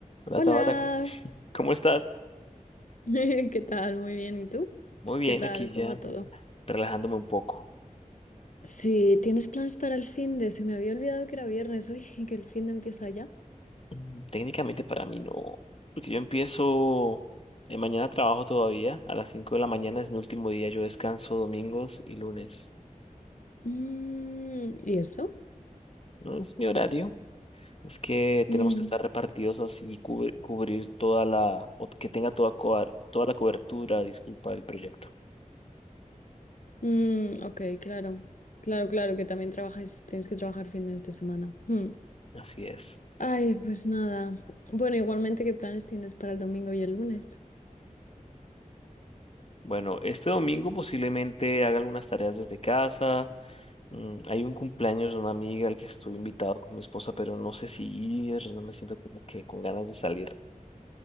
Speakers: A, on the left; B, on the left.
A: Hola
B: Hola,
A: Tabata, ¿cómo estás?
B: <laughs> ¿qué tal? Muy bien, ¿y tú?
A: Muy bien,
B: ¿Qué tal?
A: aquí
B: ¿Cómo
A: ya
B: va todo?
A: relajándome un poco.
B: Sí, ¿tienes planes para el fin de? Se me había olvidado que era viernes hoy y que el fin de empieza ya.
A: Mm, Técnicamente para mí no, porque yo empiezo, eh, mañana trabajo todavía, a las 5 de la mañana es mi último día, yo descanso domingos y lunes.
B: Mm, ¿y eso?
A: No es mi horario, es que
B: Mm,
A: tenemos que estar repartidos así, cubri- cubrir toda la, o que tenga toda, coar- toda la cobertura, disculpa, del proyecto.
B: mm, ok, claro. Claro, claro, que también trabajáis, tienes que trabajar fines de semana. Mm.
A: Así es.
B: Ay, pues nada. Bueno, igualmente, ¿qué planes tienes para el domingo y el lunes?
A: Bueno, este domingo posiblemente haga algunas tareas desde casa. Mm, Hay un cumpleaños de una amiga al que estoy invitado con mi esposa, pero no sé si ir, no me siento como que con ganas de salir.